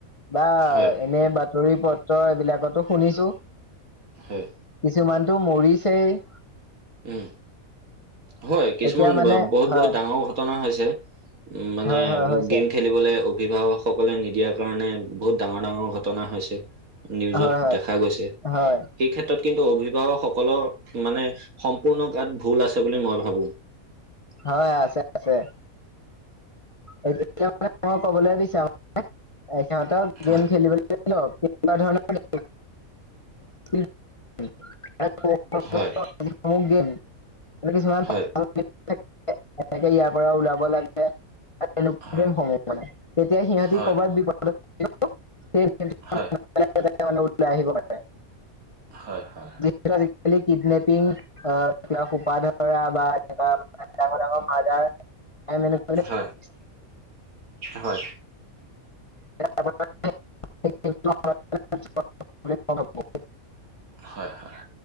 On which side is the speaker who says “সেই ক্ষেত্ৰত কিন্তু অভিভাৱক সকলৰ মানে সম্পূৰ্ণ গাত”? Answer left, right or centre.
Right